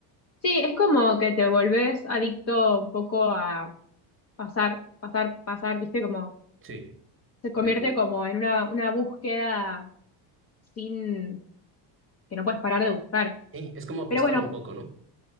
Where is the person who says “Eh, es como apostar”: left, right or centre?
Right